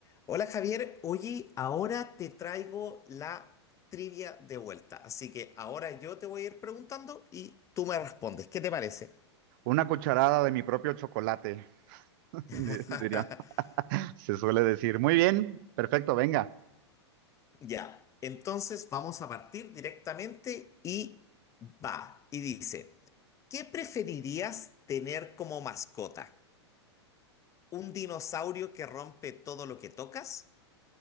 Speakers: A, on the left; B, on the right.
A: Hola Javier, oye, ahora te traigo la trivia de vuelta, así que ahora yo te voy a ir preguntando y tú me respondes, ¿qué te parece?
B: Una cucharada de mi propio chocolate, <laughs>
A: <laughs>
B: diría, se suele decir. Muy bien, perfecto, venga.
A: Ya, entonces vamos a partir directamente y va, y dice, ¿qué preferirías tener como mascota? ¿Un dinosaurio que rompe todo lo que tocas